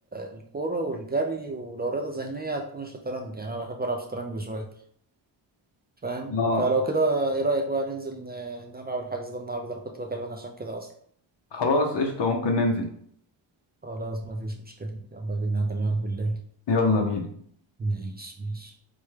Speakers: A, on the right (about 20°); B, on the left (about 55°).
A: الكورة والجري ولو رياضة ذهنية هتكون الشطرنج يعني أنا بحب ألعب شطرنج شوية فاهم
B: اه
A: فلو كده إيه رأيك بقى ننزل ن- نلعب الحجز ده النهاردة أنا كنت بكلمك عشان كده أصلا
B: خلاص قشطة ممكن ننزل
A: خلاص مفيش مشكلة يلا بينا هكلمك بالليل
B: يلا بينا
A: ماشي ماشي